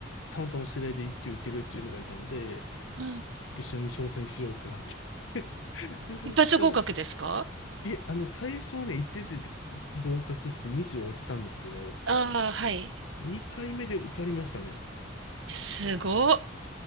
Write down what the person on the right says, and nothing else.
うん。
一発合格ですか
ああー、はい。
すごっ。